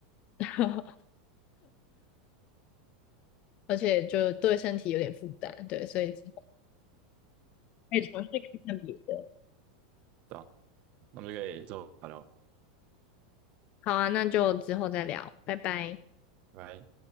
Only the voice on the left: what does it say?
<laughs> 而且就对身体有点负担，对，所以之后可以尝试看看别的。
好啊，那就之后再聊，拜拜。